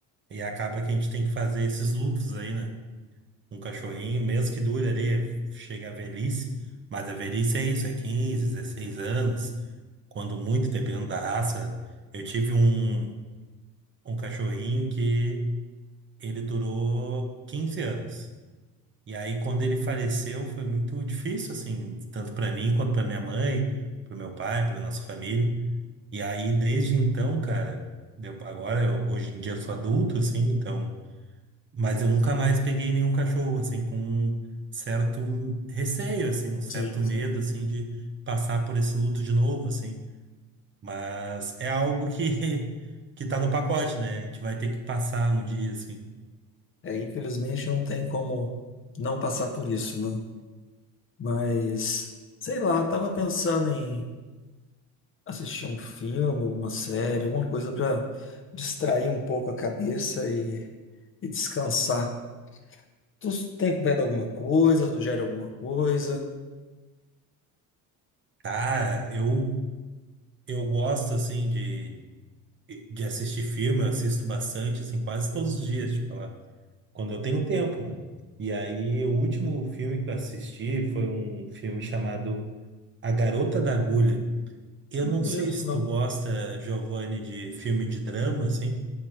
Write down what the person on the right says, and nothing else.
E acaba que a gente tem que fazer esses lutos aí, né? Um cachorrinho, mesmo que dure ali, chega a velhice, mas a velhice é isso, é 15 16 anos, quando muito, dependendo da raça. Eu tive um, um cachorrinho que ele durou 15 anos. E aí, quando ele faleceu, foi muito difícil, assim, tanto para mim quanto para minha mãe, para meu pai, para nossa família. E aí, desde então, cara, deu, agora, eu, hoje em dia, eu sou adulto, assim, então. Mas eu nunca mais peguei nenhum cachorro, assim, com um certo receio, assim, um certo
medo,
assim, de passar por esse luto de novo, assim. Mas é algo que, <laughs> que tá no pacote, né? A gente vai ter que passar um dia, assim.
Cara, eu, eu gosto, assim, de, de assistir filme, eu assisto bastante, assim, quase todos os dias, tipo, lá, quando eu tenho tempo, né? E aí, o último filme que eu assisti foi um filme chamado A Garota da Agulha. Eu
não
sei se
tu gosta, Giovanni, de filme de drama, assim,